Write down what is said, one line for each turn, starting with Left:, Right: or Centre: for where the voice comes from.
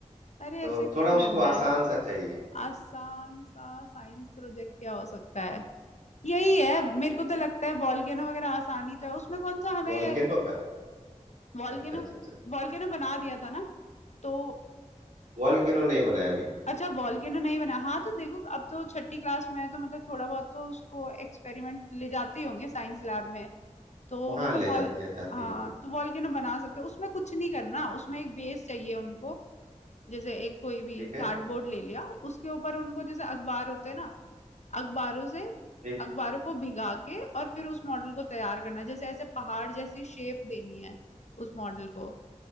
Left: अरे
Right: तो
Left: ऐसे क्यों
Right: थोड़ा
Left: डरना
Right: उसको
Left: है
Right: आसान सा चाहिए
Left: आसान सा साइंस प्रोजेक्ट क्या हो सकता है यही है मेरे को तो लगता है वॉल्केनो वगैरह आसानी तो है उसमें कौन
Right: <laughs>
Left: सा हमें
Right: वॉल्केनो का
Left: वॉल्केनो
Right: अच्छा अच्छा अच्छा
Left: वॉल्केनो बना दिया था ना तो
Right: वॉल्केनो नहीं बनाया अभी
Left: अच्छा वॉल्केनो नहीं बना हाँ तो देखो अब तो छठी क्लास में है तो मतलब थोड़ा बहुत तो उसको एक्सपेरिमेंट ले जाते ही होंगे साइंस लैब में तो
Right: वहां
Left: मतलब
Right: ले
Left: वॉल
Right: जाते हैं जाती
Left: हाँ
Right: हो
Left: तो वॉल्केनो बना सकते हो उसमें कुछ नहीं करना उसमें एक बेस चाहिए उनको जैसे एक कोई भी
Right: ठीक है
Left: कार्डबोर्ड ले लिया उसके ऊपर उनको जैसे अखबार होते हैं ना अखबारों से
Right: ठीक
Left: अखबारों को भिगा के और फिर उस मॉडल को तैयार करना है। जैसे ऐसे पहाड़ जैसी शेप देनी है उस मॉडल को